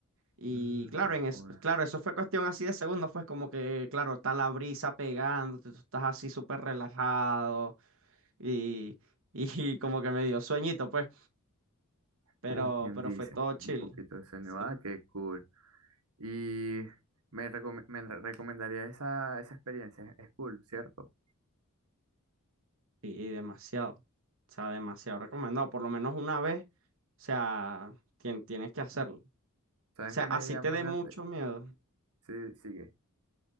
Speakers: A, on the right; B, on the right.
A: Y
B: mm,
A: claro,
B: qué
A: en es,
B: cool.
A: claro, eso fue cuestión así de segundos, pues como que, claro, está la brisa pegándote, tú estás así súper relajado y, y <laughs> como que me dio sueñito, pues, pero,
B: Como quien
A: pero
B: dice,
A: fue todo chill.
B: un poquito de sueño,
A: Sí.
B: ah, qué cool. Y me, recome- me re- recomendaría esa, esa experiencia, es es cool, ¿cierto?
A: Y, y demasiado, o sea, demasiado recomendado, por lo menos una vez, o sea, tien- tienes que hacerlo. O
B: ¿Sabes
A: sea,
B: qué
A: así
B: me llama
A: te dé
B: la,
A: mucho miedo.
B: Sí, sigue.